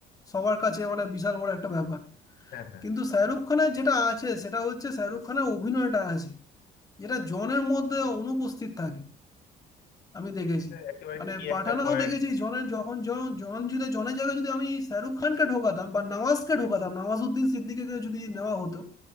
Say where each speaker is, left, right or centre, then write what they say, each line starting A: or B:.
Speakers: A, on the left (about 20°); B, on the left (about 70°).
A: সবার কাছে মানে বিশাল বড় একটা ব্যাপার
B: হ্যাঁ হ্যাঁ
A: কিন্তু শাহরুখ খানের যেটা আছে সেটা হচ্ছে শাহরুখ খানের অভিনয়টা আছে যেটা জনের মধ্যে অনুপস্থিত থাকে আমি দেখেছি
B: একেবারে
A: মানে
B: কি
A: পাঠানও
B: একটা পয়েন্ট
A: দেখেছি জনের যখন জন জন যদি জনের জায়গায় যদি আমি শাহরুখ খানকে ঢোকাতাম বা নওয়াজকে ঢোকাতাম নওয়াজুদ্দিন সিদ্দিকীকে যদি নেওয়া হতো